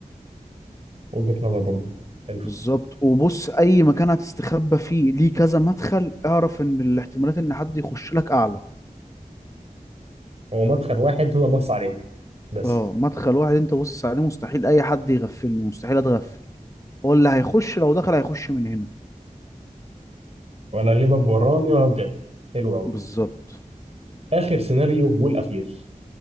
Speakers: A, on the right; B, on the left.
A: وجهة نظر برضه حلو
B: بالظبط وبص اي مكان هتستخبى فيه ليه كذا مدخل اعرف ان الاحتمالات ان حد يخش لك اعلى
A: هو مدخل واحد تقدر تبص عليه بس
B: اه مدخل واحد انت باصص عليه مستحيل اي حد يغفلني مستحيل اتغفل هو اللي هيخش لو دخل هيخش من هنا
A: ولا ليه باب وراني ولا بجانبي حلو أوي
B: بالظبط
A: آخر سيناريو والأخير